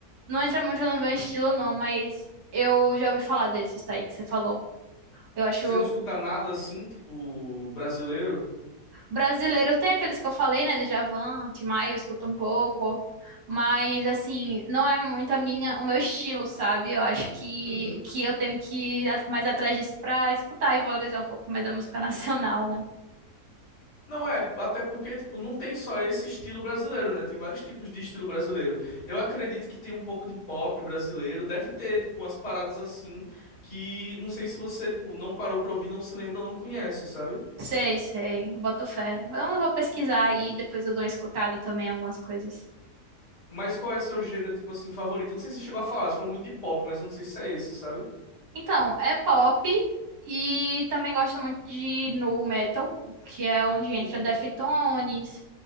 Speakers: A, on the right; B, on the left.
A: não entra muito no meu estilo, não, mas eu já ouvi falar desses daí que você falou. Eu acho
B: Você não escuta nada assim, tipo, brasileiro?
A: brasileiro, tem aqueles que eu falei, né? Djavan, Tim Maia, eu escuto um pouco, mas assim, não é muito a minha, o meu estilo, sabe? Eu acho que,
B: Uhum.
A: que eu tenho que ir a- mais atrás disso pra escutar e valorizar um pouco mais a música <laughs> nacional, né?
B: Não é, até porque, tipo, não tem só esse estilo brasileiro, né? Tem vários tipos de estilo brasileiro. Eu acredito que tem um pouco de pop brasileiro, deve ter, tipo, umas paradas assim que não sei se você, tipo, não parou pra ouvir, não se lembra ou não conhece, sabe?
A: Sei, sei, eu boto fé. Eu vou pesquisar aí, depois eu dou uma escutada também em algumas coisas.
B: Mas qual é seu gênero, tipo assim, favorito? Eu Não sei se você chegou a falar, você falou muito de pop, mas eu não sei se é esse, sabe?
A: Então, é pop e também gosto muito de nu metal, que é onde entra
B: Uhum.
A: Deftones,